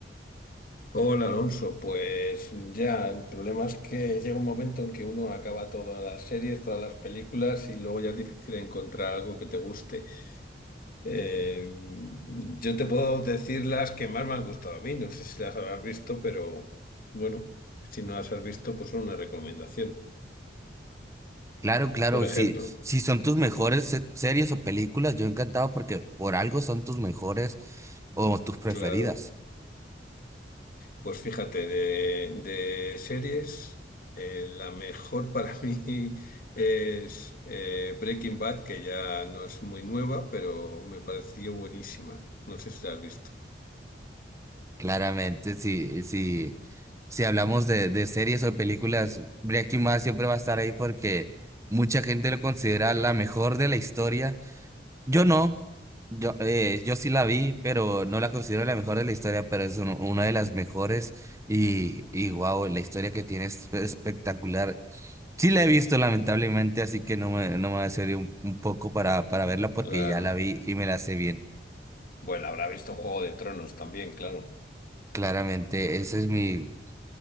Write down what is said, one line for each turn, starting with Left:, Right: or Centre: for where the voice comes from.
Left: Hola Alonso, pues ya, el problema es que llega un momento en que uno acaba todas las series, todas las películas y luego ya es difícil encontrar algo que te guste. Eh, yo te puedo decir las que más me han gustado a mí, no sé si las habrás visto, pero bueno, si no las has visto, pues son una recomendación.
Right: Claro, claro,
Left: Por ejemplo,
Right: si, si son tus mejores se- series o películas, yo encantado porque por algo son tus mejores o tus preferidas.
Left: claro. Pues fíjate, de, de series, eh, la mejor para <laughs> mí es eh, Breaking Bad, que ya no es muy nueva, pero me pareció buenísima. No sé si la has visto.
Right: Claramente, si, si, si hablamos de, de series o películas, Breaking Bad siempre va a estar ahí porque mucha gente lo considera la mejor de la historia. Yo no, yo, eh, yo sí la vi, pero no la considero la mejor de la historia, pero es un- una de las mejores y, y wow, la historia que tiene es espectacular. Sí la he visto lamentablemente, así que no me, no me va a servir un, un poco para,
Left: Mm.
Right: para verla porque
Left: Claro.
Right: ya la vi y me la sé bien.
Left: Bueno, habrá visto Juego de Tronos también, claro.
Right: Claramente, ese es mi...